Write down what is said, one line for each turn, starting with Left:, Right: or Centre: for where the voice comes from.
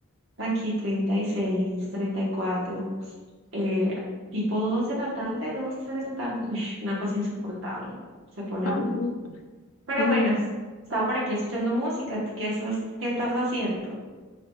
Right: aquí treinta treinta y seis treinta y cuatro eh, tipo 2 de la tarde, 2 3 de la tarde. Ush, una cosa insoportable. Se pone
Left: <laughs> Am,
Right: horrible. Pero
Left: ay.
Right: bueno, estaba por aquí escuchando música. ¿Tú qué estás, qué estás haciendo?